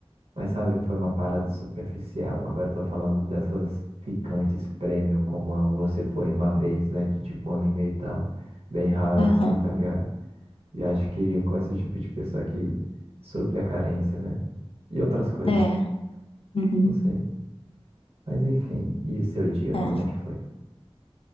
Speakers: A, on the right; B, on the left.
A: Mas sabe, foi uma parada superficial. Agora eu tô falando dessas ficantes premium, como a você foi uma vez, né? De tipo um ano e meio e tal. Bem raro
B: aham.
A: assim, tá ligado? E acho que com esse tipo de pessoa que supre a carência, né? E outras coisas,
B: É. uhum,
A: não sei. Mas enfim, e o seu dia,
B: é.
A: como é que foi?